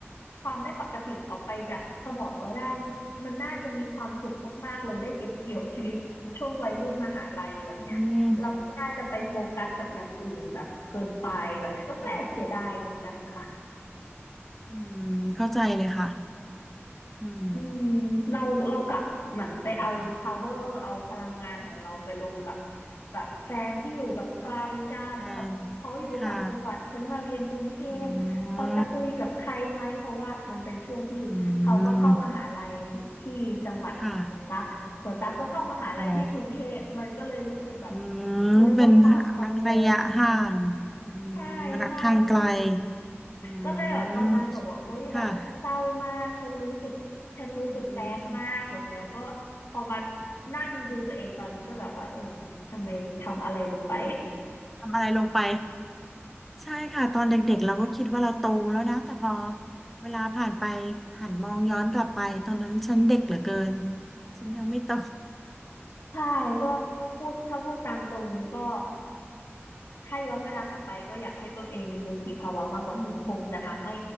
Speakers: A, on the left; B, in the centre.
A: ความไม่ปกติออกไปจากสมองเราได้นี่มันน่าจะมีความสุขมากๆเลยได้เก็บเกี่ยวชีวิตช่วงวัยรุ่นมหาลัยแบบเนี้ยเราไม่น่าจะไปโฟกัสกับอย่างอื่นแบบเกินไปแบบเนี้ยเออก็แอบเสียดายเหมือนกันค่ะ
B: อืมค่ะอืมเข้าใจเลยค่ะอืม
A: อืมเราเรากลับเหมือนไปเอา power เอาพลังงานของเราไปลงกับแบบแฟนที่อยู่แบบไกลกันแบบเขาอยู่ต่างจังหวัดฉันมาเรียนกรุงเทพเขาจะคุยกับใครไหมเพราะว่ามันเป็นช่วงที่เขาก็เข้ามหาลัยที่จังหวัดของตั๊กส่วนตั๊กก็เข้ามหาลัยที่กรุงเทพมันก็เลยรู้สึกแบบ
B: แฟนค่ะอ๋ออืมค่ะอ๋ออืมเป็น
A: เขาเรียกว่าความกังวล
B: รักระยะห่างอืมรักทางไกล
A: ใช่ใช่
B: อื
A: ก็เลยแบบตอนนั้นแบบว่าโอ๊ยแบบฉันเศร้ามากฉันรู้สึกฉันรู้สึกแซดมากแบบเนี้ยก็
B: มค่ะอืม
A: พอมานั่งดูตัวเองตอนนี้ก็แบบว่าเออทำไมทำอะไรลงไป
B: ทำอะไรลงไปใช่ค่ะตอนเด็กๆเราก็คิดว่าเราโตแล้วนะแต่พอเวลาผ่านไปหันมองย้อนกลับไปตอนนั้นฉันเด็กเหลือเกินฉันยังไม่โต
A: <laughs> ใช่ก็พูดถ้าพูดตามตรงก็ถ้าย้อนเวลากลับไปก็อยากให้ตัวเองมีวุฒิภาวะมากกว่านี้คงจะทำให้